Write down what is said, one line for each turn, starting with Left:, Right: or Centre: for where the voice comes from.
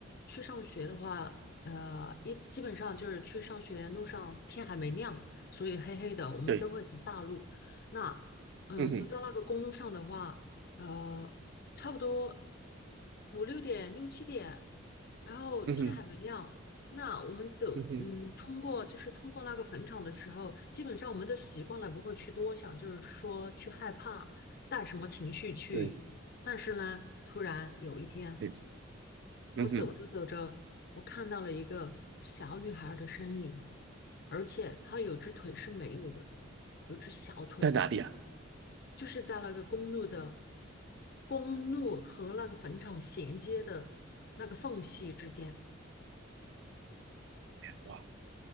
Left: 去上学的话，呃，一基本上就是去上学路上天还没亮，所以黑黑的，我们都会走大路。
Right: 对，
Left: 那嗯、
Right: 嗯哼，
Left: 呃走到那个公路上的话，呃，差不多五六点、六七点，然后天还没亮，
Right: 嗯哼，
Left: 那我们走，
Right: 嗯哼，
Left: 嗯，通过就是通过那个坟场的时候，基本上我们都习惯了，不会去多想，就是说去害怕，带什么情绪去。
Right: 对，
Left: 但是呢，突然有一天，
Right: 对，嗯哼，
Left: 我走着走着，我看到了一个小女孩的身影，而且她有只腿是没有的，有只小腿，
Right: 在哪里啊？
Left: 就是在那个公路的公路和那个坟场衔接的那个缝隙之间。
Right: 哇，